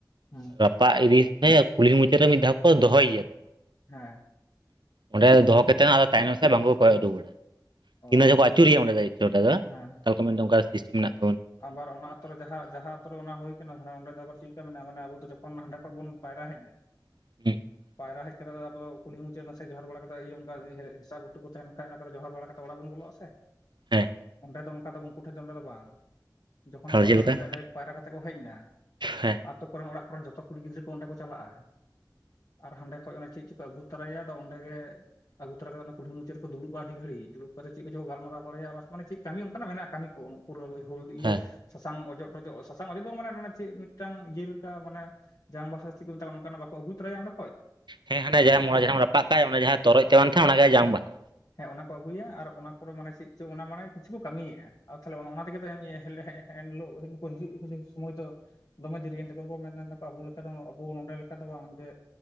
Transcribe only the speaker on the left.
ᱦᱩᱸ
ᱦᱮᱸ
ᱚ
ᱦᱮᱸ
ᱟᱵᱟᱨ ᱚᱱᱟ ᱟᱛᱩ ᱨᱮ ᱡᱟᱦᱟᱸ ᱡᱟᱦᱟᱸ ᱛᱚᱨ ᱚᱱᱟ ᱦᱩᱭ ᱟᱠᱟᱱᱟ ᱚᱸᱰᱮ ᱫᱚ ᱪᱮᱫ ᱞᱮᱠᱟ ᱢᱮᱱᱟᱜ-ᱟ ᱢᱟᱱᱮ ᱟᱵᱚ ᱡᱚᱠᱷᱚᱱ ᱦᱟᱸᱰᱮ ᱠᱷᱚᱡ ᱵᱚᱱ ᱯᱟᱭᱨᱟ ᱦᱮᱡᱱᱟ ᱾
ᱯᱟᱭᱨᱟ ᱦᱮᱡ ᱠᱟᱛᱮ ᱟᱵᱚ ᱫᱚ ᱠᱩᱞᱦᱤ ᱢᱩᱪᱟᱹᱫ ᱱᱟᱥᱮ ᱡᱚᱦᱟᱲ ᱵᱟᱲᱟ ᱠᱟᱛᱮ ᱤᱭᱟᱹ ᱚᱱᱠᱟ ᱤᱭᱟᱹ ᱥᱟᱜ ᱵᱩᱴᱟᱹ ᱠᱚ ᱛᱟᱦᱮᱱ ᱠᱷᱟᱡ ᱚᱱᱟ ᱠᱚᱨᱮ ᱡᱚᱦᱟᱨ ᱵᱟᱲᱟ ᱠᱟᱛᱮᱫ ᱚᱲᱟᱜ ᱵᱚᱱ ᱵᱚᱞᱚᱜ-ᱟ ᱥᱮ
ᱚᱸᱰᱮ ᱫᱚ ᱚᱱᱠᱟ ᱫᱚ ᱩᱱᱠᱩ ᱴᱷᱮᱡ ᱫᱚ ᱚᱸᱰᱮ ᱫᱚ ᱵᱟᱝ ᱡᱚᱠᱷᱚᱱ
ᱠᱚ ᱨᱟᱯᱟᱜ
ᱠᱟᱛᱮ ᱰᱟᱭᱨᱮᱴ ᱯᱟᱭᱨᱟ ᱠᱟᱛᱮ ᱠᱚ ᱦᱮᱡᱱᱟ
ᱟᱛᱳ ᱠᱚᱨᱮᱱ ᱚᱲᱟᱜ ᱠᱚᱨᱮᱱ ᱡᱚᱛᱚ ᱠᱩᱲᱤ ᱜᱤᱫᱽᱨᱟᱹ ᱠᱚ ᱚᱸᱰᱮ ᱠᱚ ᱪᱟᱞᱟᱜ-ᱟ ᱟᱨ ᱦᱟᱸᱰᱮ ᱠᱷᱚᱡ ᱚᱱᱮ ᱪᱮᱫ ᱪᱚᱠᱚ ᱟᱹᱜᱩ ᱛᱚᱨᱟᱭᱮᱟ ᱟᱫᱚ ᱚᱸᱰᱮ ᱜᱮ ᱟᱹᱜᱩ ᱛᱚᱨᱟ ᱠᱟᱛᱮ ᱚᱱᱟ ᱠᱩᱞᱦᱤ ᱢᱩᱪᱟᱹᱫ ᱨᱮ ᱠᱚ ᱫᱩᱲᱩᱵ-ᱟ ᱟᱹᱰᱤ ᱜᱷᱟᱲᱤᱡ ᱫᱩᱲᱩᱵ ᱠᱟᱛᱮᱫ ᱠᱚ ᱜᱟᱞᱢᱟᱨᱟᱣ ᱵᱟᱲᱟᱭ-ᱟ ᱵᱟ ᱪᱮᱫ ᱚᱱᱠᱟᱱᱟᱜ ᱢᱮᱱᱟᱜ-ᱟ ᱠᱟᱹᱢᱤ ᱠᱚ <inaudible> ᱯᱩᱨᱟᱹ ᱦᱩᱞ ᱤᱭᱟᱹ
ᱥᱟᱥᱟᱝ ᱚᱡᱚᱜ ᱴᱚᱡᱚᱜ ᱥᱟᱥᱟᱝ ᱚᱡᱚᱜ ᱢᱟᱱᱮ ᱪᱮᱫ ᱢᱤᱫᱴᱟᱝ ᱤᱭᱟᱹ ᱞᱮᱠᱟ ᱢᱟᱱᱮ ᱡᱟᱝ ᱵᱟᱦᱟ ᱪᱮᱫ ᱠᱚ ᱢᱮᱛᱟᱜ <inaudible> ᱱᱚᱝᱠᱟᱱᱟᱜ ᱵᱟᱠᱚ ᱟᱹᱜᱩ ᱛᱚᱨᱟᱭ-ᱟ ᱚᱸᱰᱮᱠᱷᱚᱡ
ᱦᱮᱸ ᱚᱱᱟ ᱠᱚ ᱟᱹᱜᱩᱭᱟ ᱟᱨ ᱚᱱᱟ ᱠᱚᱨᱮ ᱢᱟᱱᱮ ᱪᱮᱫ ᱪᱚᱝ ᱚᱱᱟ ᱢᱟᱱᱮ ᱠᱤᱪᱷᱩ ᱠᱚ ᱠᱟᱹᱢᱤᱭᱮᱫ-ᱟ ᱟᱨ ᱛᱟᱦᱚᱞᱮ ᱚᱱᱟ ᱦᱮᱱ ᱦᱤᱞᱳᱜ ᱩᱱᱠᱩ ᱦᱤᱡᱩᱜ-ᱟ ᱥᱚᱢᱚᱭ ᱫᱚ <unintelligible> ᱫᱚᱢᱮ ᱫᱮᱨᱤᱭᱮᱱ ᱛᱟᱠᱚ ᱠᱚ ᱢᱮᱱᱫᱟ ᱠᱚ ᱟᱵᱚ ᱞᱮᱠᱟ ᱫᱚ ᱟᱵᱚ ᱱᱚᱰᱮ ᱞᱮᱠᱟ ᱫᱚ ᱵᱟᱝ ᱡᱮ